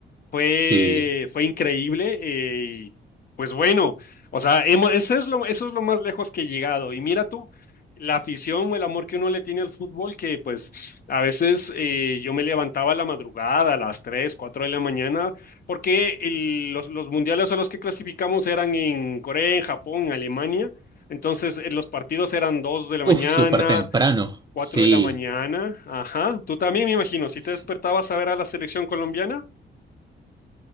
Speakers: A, on the left; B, on the right.
A: Fue,
B: sí.
A: fue increíble eh, y pues bueno, o sea, hemos, eso es lo, eso es lo más lejos que he llegado. Y mira tú, la afición o el amor que uno le tiene al fútbol, que pues a veces eh, yo me levantaba a la madrugada, a las 3, 4 de la mañana, porque el- los, los mundiales a los que clasificamos eran en Corea, en Japón, en Alemania. Entonces, eh, los partidos eran 2 de la
B: Uf,
A: mañana,
B: súper temprano,
A: 4
B: sí.
A: de la mañana. Ajá, tú también me imagino, si
B: S-
A: te despertabas a ver a la selección colombiana.